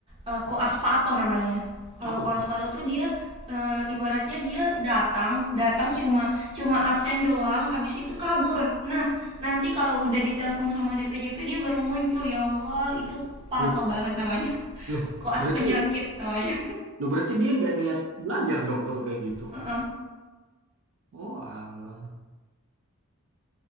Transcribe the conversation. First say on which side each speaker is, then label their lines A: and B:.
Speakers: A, on the right; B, on the right.
A: eh, koas pato namanya. Kalau
B: apa
A: koas pato tuh dia eh, ibaratnya dia datang datang cuma cuma absen doang, abis itu kabur. Nah nanti kalau udah ditelepon sama DPJP dia baru muncul ya Allah itu pato
B: Loh,
A: banget namanya. <laughs>
B: loh,
A: Koas
B: berarti
A: penyakit namanya.
B: loh berarti dia nggak niat belajar dong kalau kayak gitu.
A: <laughs> Heeh.
B: Oh alah,